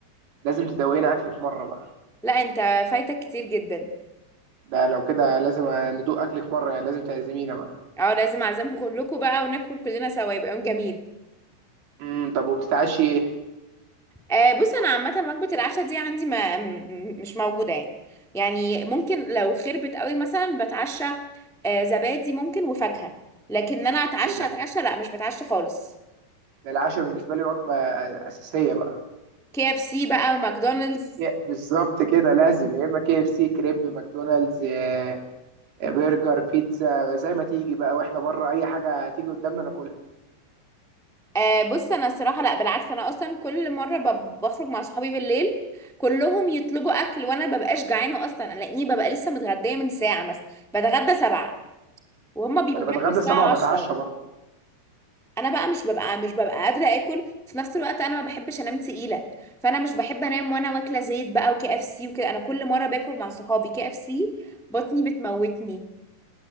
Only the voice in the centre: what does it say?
لا انت فايتك كتير جدا
اه لازم اعزمكم كلكم بقى وناكل كلنا سوا يبقى يوم جميل
آه بص انا عامه وجبه العشاء دي عندي ما م- مش موجوده يعني يعني ممكن لو خربت قوي مثلا بتعشى آه زبادي ممكن وفاكهه لكن انا اتعشى
اتعشى لا مش بتعشى خالص
كي اف سي بقى وماكدونالدز
آه بص انا الصراحه لا بالعكس انا اصلا كل مره ب- بخرج مع صحابي بالليل كلهم يطلبوا اكل وانا ببقاش جعانه اصلا لاني ببقى لسه متغديه من ساعه مثلا بتغدى سبعة وهم بيبقوا
بياكلوا
الساعه
10
انا بقى مش ببقى مش ببقى قادره اكل في نفس الوقت انا ما بحبش انام تقيله فانا مش بحب انام وانا واكله زيت بقى وكي اف سي وكده انا كل مره باكل مع صحابي كي اف سي بطني بتموتني